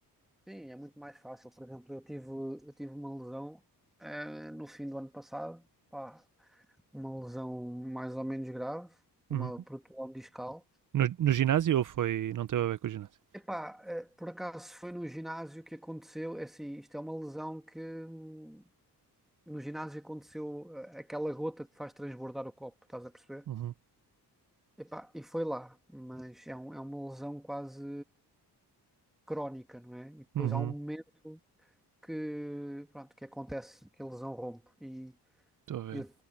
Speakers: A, in the centre; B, on the right.
A: sim, é muito mais fácil. Por exemplo, eu tive, eu tive uma lesão, eh, no fim do ano passado, pá, uma lesão mais ou menos grave, uma
B: Uhum.
A: protusão discal.
B: No, no ginásio ou foi, não teve a ver com o ginásio?
A: Epá, eh, por acaso foi no ginásio que aconteceu, é assim, isto é uma lesão que hum, no ginásio aconteceu eh, aquela gota que faz transbordar o copo, estás a perceber?
B: Uhum.
A: Epá, e foi lá, mas é, um- é uma lesão quase crónica, não é? E depois
B: Uhum.
A: há um momento que, pronto, que acontece que a lesão rompe e
B: Estou a ver.
A: eu